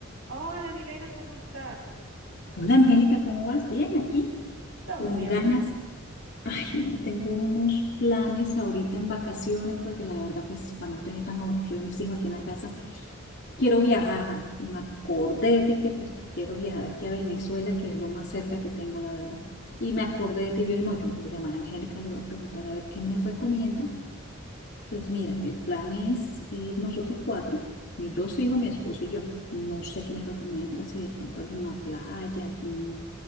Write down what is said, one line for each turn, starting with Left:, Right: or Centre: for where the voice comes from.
Right: Hola, Milena, ¿cómo estás?
Left: Hola Angélica, ¿cómo vas? Bien, aquí,
Right: Todo
Left: con
Right: bien,
Left: ganas.
Right: mi amor.
Left: Ay, no, tengo unos planes ahorita en vacaciones porque la verdad, pues, para no tener tan aburrido a mis hijos aquí en la casa, quiero viajar. Y me acordé de ti que, pues, quiero viajar aquí a Venezuela, que es lo más cerca que tengo, la verdad. Y me acordé de ti, yo, no, yo voy a llamar a Angélica, le voy a preguntar a ver qué me recomienda. Pues mira, el plan es ir nosotros cuatro, mis dos hijos, mi esposo y yo. No sé qué me recomienda, si de pronto alguna playa, algún